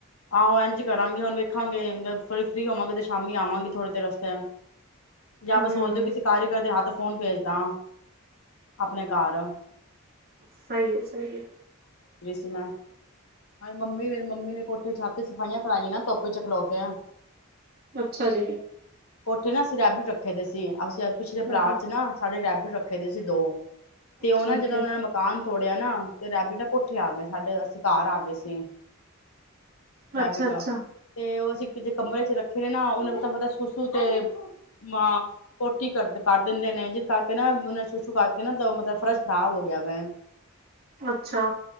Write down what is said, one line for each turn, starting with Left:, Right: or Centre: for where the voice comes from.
Left: ਆਹੋ ਇਂਜ ਕਰਾਂਗੇ ਹੁਣ ਵੇਖਾਂਗੀ ਫਰੀ ਹੋਵਾਂਗੇ ਤੇ ਸ਼ਾਮੀ ਆਵਾਂਗੇ ਥੋੜੀ ਦੇਰ ਅਸਤੇ ਯਾ
Right: ਹੂੰ
Left: ਫੇਰ ਸੋਚਦੇ ਹੋ ਕਿਸੇ ਕਾਰੀਗਰ ਦੇ ਹੱਥ ਫੋਨ ਭੇਜ ਦਾ ਅਪਣੇ ਘਰ।
Right: ਸਹੀ ਹੈ ਸਹੀ ਹੈ।
Left: ਪਿਛਲਾ <unintelligible> ਹਾਂ ਮੰਮੀ ਮੇਰੀ ਮੰਮੀ ਵੀ ਕੋ ਤੇ ਛੱਤਈ ਸਫਾਈਆਂ ਕਰਾਈਆਂ ਧੁੱਪ ਚ ਖਲੋ ਕੇ।
Right: ਅੱਛਾ ਜੀ।
Left: ਕੋਠੇ ਨਾ ਅਸੀਂ ਰੈਬਿਟ ਰੱਖੇ ਦੇ ਸੀ। ਯਾਰ ਪਿਛਲੇ
Right: ਚਲੋ
Left: ਪਲਾਟ ਚ ਨਾ, ਸਾਡੇ ਰੈਬਿਟ ਰਖ ਰੱਖੇ ਦੇ ਸੀ, ਦੋ। ਤੇ ਉਹ
Right: ਠੀਕ
Left: ਨਾ, ਜਦੋਂ
Right: ਹੈ।
Left: ਉਹਨਾਂ ਨੇ ਮਕਾਨ ਛੋੜਿਆ ਨਾ, ਤੇ ਰੈਬਿਟ ਨਾ ਕੋਠੇ ਆ ਗਏ ਸਾਡੇ, ਅਸੀਂ ਘਰ ਆ ਗਏ ਸੀ। ਰੈਬੀਟਾ,
Right: ਅੱਛਾ ਅੱਛਾ
Left: ਤੇ ਉਹ ਅਸੀ ਜੇ ਕਮਰੇ ਚ ਰੱਖੇ ਨਾ, ਉਹਨੇ ਮਲਬ ਸੁਸੂ ਤੇ ਮਾਂ ਪੋਟੀ ਕਰ ਕਰ ਦਿੰਦੇ ਨੇ, ਜਿਸ ਕਰਕੇ ਨਾ ਉਹੇ ਸੁਸੂ ਕਰਕੇ ਨਾ, ਮਤਲਬ ਫਰਸ਼ ਖਰਾਬ ਹੋ ਗਿਆ ਵੈ।
Right: ਅੱਛਾ।